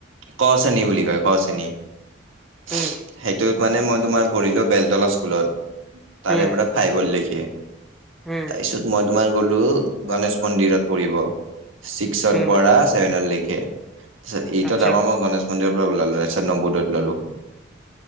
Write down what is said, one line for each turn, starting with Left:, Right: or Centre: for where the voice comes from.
Right: ক শ্ৰেণী বুলি কয় ক শ্ৰেণী, সেইটো
Centre: উম,
Right: মানে মই তোমাৰ পঢ়িলো বেলতলা স্কুলত তাৰে
Centre: উম,
Right: পৰা ফাইপৰ লৈকে।
Centre: উম,
Right: তাৰপিছত মই তোমাৰ গলো গণেশ মন্দিৰত পঢ়িব। ছিক্সৰ
Centre: উম,
Right: পৰা চছেভেন লৈকে তাৰপিছত এইটত
Centre: আচ্ছা,
Right: আকৌ মই গণেশ মন্দিৰ পৰা ওলালো আচ্ছা নবোদয়ত ললো।